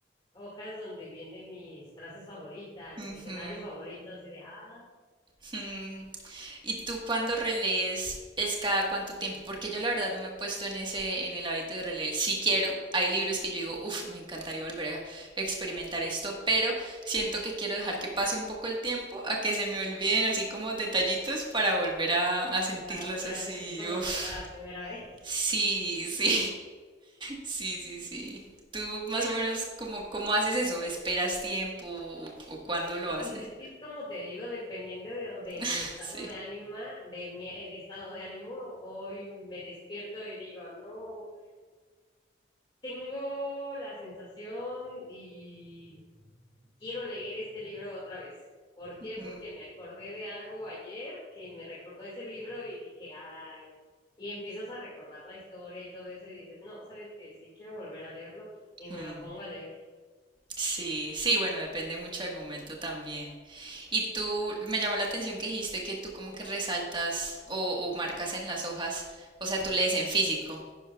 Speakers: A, on the left; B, on the right.
A: hojas donde vienen mis frases favoritas,
B: Ujú,
A: el escenario favorito, así de, ah,
B: ujú. ¿Y tú cuando relees es cada cuánto tiempo? Porque yo la verdad no me he puesto en ese, en el hábito de releer. Sí quiero. Hay libros que yo digo, uff, me encantaría volver a experimentar esto, pero siento que quiero dejar que pase un poco el tiempo a que se me olviden así como detallitos para volver a, a sentirlos
A: para volver
B: así.
A: a sentir como
B: Uff.
A: si fuera la primera vez. <laughs>
B: Sí, sí. Sí, sí, sí. ¿Tú más
A: Bueno,
B: o menos cómo, cómo haces eso? ¿Esperas tiempo o, o cuándo lo haces?
A: pues es que es como te digo, dependiendo de, de mi
B: <laughs>
A: estado
B: Sí.
A: de ánima, de mi eh, de estado de ánimo, hoy me despierto y digo, no, Tengo la sensación y quiero leer este libro otra vez. ¿Por
B: Ujú.
A: qué? Porque me acordé de algo ayer que me recordó ese libro y dije, ay, y empiezas a recordar la historia y todo eso y dices, no, sabes que sí, quiero volver a leerlo y me
B: Mm.
A: lo pongo a leer.
B: Sí, sí, bueno, depende mucho del momento también. Y tú, me llamó la atención que dijiste que tú como que resaltas o, o marcas en las hojas, o sea, tú lees en físico.